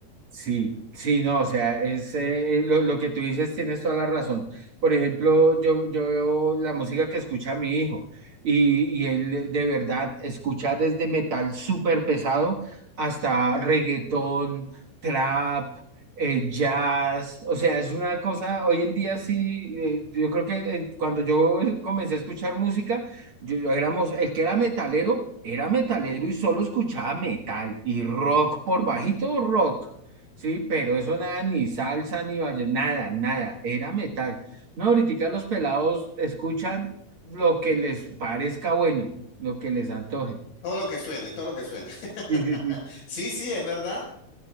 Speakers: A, on the right; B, on the left.
A: Sí, sí, no, o sea, es eh, lo, lo que tú dices, tienes toda la razón. Por ejemplo, yo, yo veo la música que escucha mi hijo y, y él de verdad escucha desde metal súper pesado hasta reggaetón, trap, eh, jazz, o sea, es una cosa, hoy en día sí, eh, yo creo que eh, cuando yo comencé a escuchar música, yo, yo éramos, el que era metalero, era metalero y solo escuchaba metal y rock por bajito rock Sí, pero eso nada, ni salsa, ni valle, nada, nada, era metal. No, ahorita los pelados escuchan lo que les parezca bueno, lo que les antoje.
B: Todo lo que suene, todo lo que suene. <laughs>
A: Sí, sí, sí,
B: Sí, sí, es verdad.